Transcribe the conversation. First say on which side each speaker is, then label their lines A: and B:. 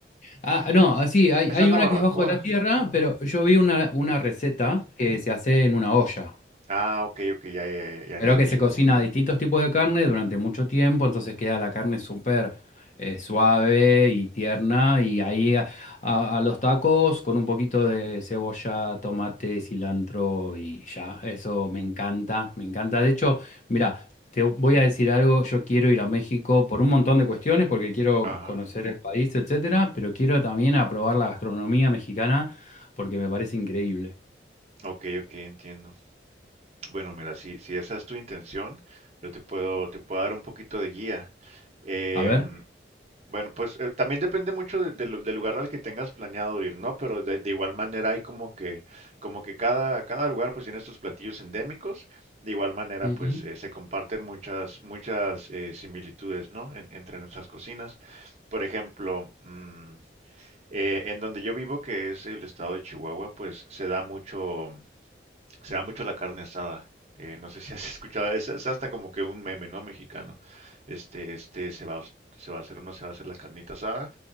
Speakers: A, on the left (about 40°); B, on the right (about 35°).
A: Ah, no, así, hay,
B: Esa
A: hay
B: es la
A: una
B: barbacoa.
A: que es bajo la tierra, pero yo vi una, una receta que se hace en una olla.
B: Ah, ok, ok, ya, ya, ya, ya
A: Pero
B: entendí.
A: que se cocina distintos tipos de carne durante mucho tiempo, entonces queda la carne súper eh, suave y tierna. Y ahí a, a- a los tacos con un poquito de cebolla, tomate, cilantro y ya. Eso me encanta, me encanta. De hecho, mira, te voy a decir algo. Yo quiero ir a México por un montón de cuestiones, porque quiero
B: Ajá,
A: conocer el país, etcétera, pero quiero también a probar la gastronomía mexicana porque me parece increíble.
B: ok, ok, entiendo. Bueno, mira, si, si esa es tu intención, yo te puedo, te puedo dar un poquito de guía. Em,
A: A ver.
B: bueno, pues eh, también depende mucho de- de lu- del lugar al que tengas planeado ir, ¿no? Pero de, de igual manera hay como que, como que cada, cada lugar pues tiene sus platillos endémicos. De igual manera
A: Ujú.
B: pues eh, se comparten muchas, muchas eh, similitudes, ¿no? En- entre nuestras cocinas. Por ejemplo, mm, Eh, en donde yo vivo, que es el estado de Chihuahua, pues se da mucho, se da mucho la carne asada. Eh, no sé si has <laughs> escuchado, es, es hasta como que un meme, ¿no? Mexicano. Este, este se va, a os- se va a hacer o no se va a hacer la carnita asada.